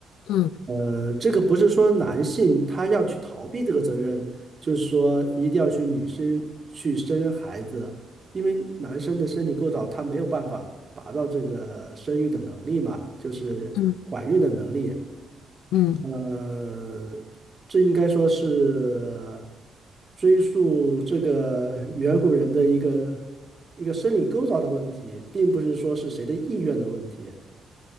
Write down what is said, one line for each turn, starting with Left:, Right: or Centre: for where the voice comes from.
Left: 嗯
Right: 呃，这个不是说男性他要去逃避这个责任，就是说一定要去女生去生孩子，因为男生的生理构造他没有办法达到这个生育的能力嘛，就是怀孕的能力。
Left: 嗯。嗯
Right: 呃，这应该说是追溯这个远古人的一个一个生理构造的问题，并不是说是谁的意愿的问题。